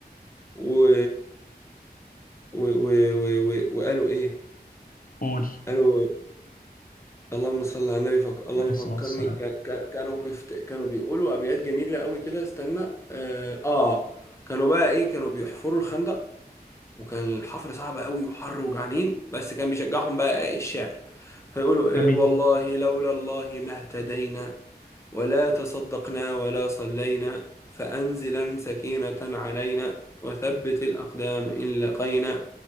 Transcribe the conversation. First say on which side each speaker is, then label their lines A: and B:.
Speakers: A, on the left; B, on the left.
A: و و و و و وقالوا إيه؟
B: قول
A: قالوا اللهم صل على النبي فك... اللهم
B: عليه الصلاة
A: فكرني
B: والسلام
A: ك... ك... كانوا بيفت... كانوا بيقولوا أبيات جميلة قوي كده استنى آه... آه كانوا بقى إيه كانوا بيحفروا الخندق وكان الحفر صعب قوي وحر وجعانين بس كان بيشجعهم بقى إيه الشعر فيقولوا إيه
B: جميل
A: والله لولا الله ما اهتدينا ولا تصدقنا ولا صلينا فأنزلا سكينة علينا وثبت الأقدام إن لقينا